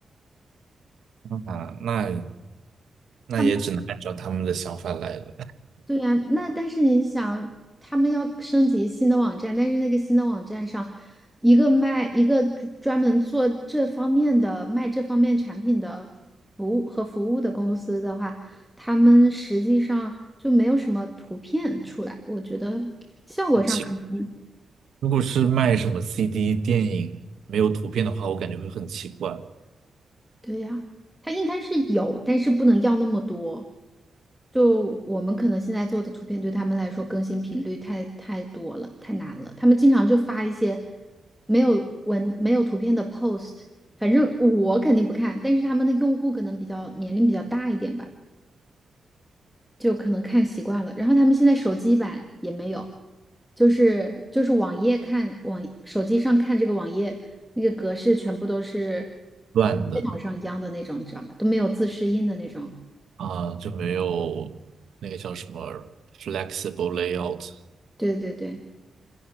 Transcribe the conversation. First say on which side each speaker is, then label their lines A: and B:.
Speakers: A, on the right; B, in the centre.
A: 啊，那那也只能按照他们的想法来了，
B: 他们。对呀，那但是你想，他们要升级新的网站，但是那个新的网站上，一个卖一个专专门做这方面的卖这方面产品的服务和服务的公司的话，他们实际上就没有什么图片出来，我觉得效果上可能
A: 很奇怪。如果是卖什么 CD 电影没有图片的话，我感觉会很奇怪，
B: 对呀，它应该是有，但是不能要那么多。就我们可能现在做的图片，对他们来说更新频率太太多了，太难了。他们经常就发一些没有文、没有图片的 post，反正我肯定不看，但是他们的用户可能比较年龄比较大一点吧。就可能看习惯了。然后他们现在手机版也没有，就是就是网页看网手机上看这个网页那个格式全部都是
A: 乱的
B: 电脑上一样的那种，你知道吧？都没有自适应的那种。
A: 啊，就没有那个叫什么 flexible layout。
B: 对对对，